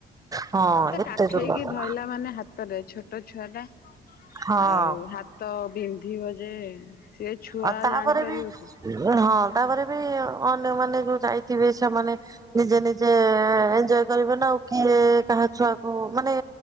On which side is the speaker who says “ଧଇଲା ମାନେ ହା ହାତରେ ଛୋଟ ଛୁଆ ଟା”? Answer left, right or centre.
Left